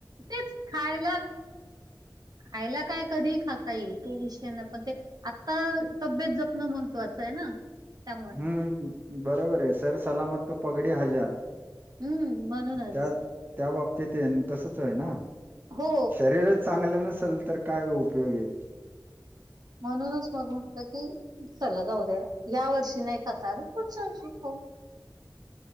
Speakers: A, on the right; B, on the right.
A: तेच खायला, खायला काय कधी खाता येईल, तो विष पण ते, आता तब्येत जपणं महत्वाचं आहे ना. त्या
B: हम्म, बरोबर आहे. सर सलामत तर पगडी हजार,
A: हम्म म्हणूनच
B: त्या त्या बाबतीत तसच आहे ना,
A: हो
B: शरीरात चांगलं नसेल तर काय उपयोग आहेत.
A: म्हणूनच मग म्हटलं की चला जाऊ दे या वर्षी नाही खाता आलं पुढच्या वर्षी खाऊ.